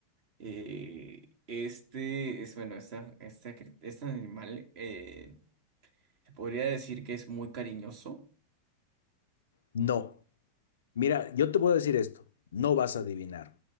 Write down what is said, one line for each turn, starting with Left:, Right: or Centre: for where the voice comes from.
Right: Eh, este es, bueno, esta, esta, cri- este animal eh, se podría decir que es muy cariñoso.
Left: No. Mira, yo te puedo decir esto, no vas a adivinar.